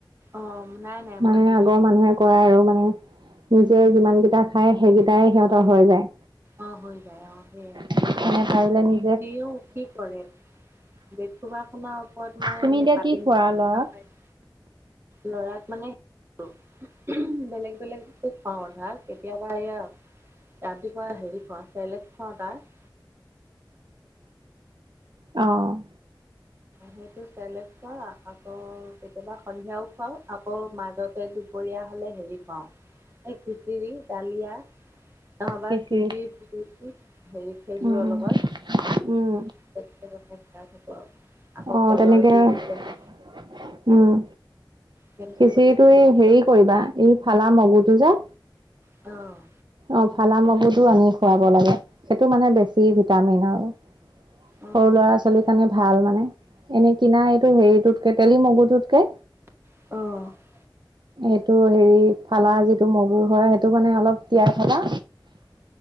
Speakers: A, on the right (about 30°); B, on the right (about 65°).
A: অ নাই নাই
B: মানে
A: মই দিওঁ
B: আগৰ মানুহে কয় আৰু মানে নিজে
A: উম
B: যিমান কিটা খাই, সেইকেইটাই সিহঁতৰ হৈ যায়।
A: অ' হৈ যায়, অ' সেইয়াই।
B: সেইকাৰণে পাৰিলে নিজ
A: সিও কি কৰে? বেদ কভাৰখনৰ ওপৰত মই
B: তুমি
A: এনে
B: এতিয়া
A: পাটি
B: কি খোৱা
A: নি <unintelligible>
B: ল'ৰাক
A: লৰাক মানে বেলেগ বেলেগকে খোৱাও আৰু ধৰা, কেতিয়াবা এইয়া ৰাতিপুৱা হেৰি খোৱাও চেৰলেক্স খোৱাও তাক। <unintelligible>
B: অ'।
A: সেইটো চেৰলেক্স খোৱা আকৌ কেতিয়াবা সন্ধিয়াও খুৱাও আকৌ মাজত দুপৰীয়া হলে হেৰি খোৱাও এই খিচিৰি। দালিয়া, ন'হবা
B: খিচিৰি
A: চুজি <unintelligible> হেৰি। খেজুৰৰ
B: উম উম
A: লগত
B: উম
A: <unintelligible> খুৱাই থাকোঁ আৰু। আকৌ
B: অ'
A: কলৰ
B: তেনেকে।
A: পিউৰি
B: উম'
A: বনাই তেনেকে
B: খিচিৰিটো
A: বনাই খুৱাওঁ
B: এই
A: আকৌ
B: হেৰি কৰিবা এই ফালা মগুটো যে।
A: অ'।
B: অঁ, ফালা মগুটো আনি খুৱাব লাগে, সেইটো মানে বেছি ভিটামিন আৰু।
A: অ'
B: সৰু
A: অ'
B: ল'ৰা-ছোৱালী কাৰণে ভাল মানে। এনেই কিনা, এইটো হেৰিটোতকে তেলি মগুটোতকে।
A: অঁ।
B: এইটো হেৰি, ফালা যিটো মগু হয় সেইটো মানে অলপ তিয়াই থবা।